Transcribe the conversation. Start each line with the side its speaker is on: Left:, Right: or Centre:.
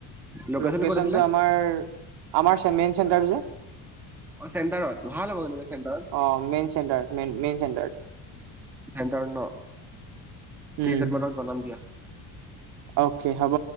Centre: লোকেশ্যনটো
Right: লোকেশচনটো
Centre: ক'ত আছিলে
Right: আমাৰ আমাৰ ছে মেইন চেণ্টাৰটো যে
Centre: অ' চেণ্টাৰত, ভাল হ'ব যেনিবা চেণ্টাৰত।
Right: অ' মেইন চেণ্টাৰত। মেইন মেইন চেণ্টাৰত।
Centre: চেণ্টাৰত ন? ঠিক
Right: উম
Centre: আছে তোমাক মই জনাম দিয়া।
Right: অ'কে হ'ব।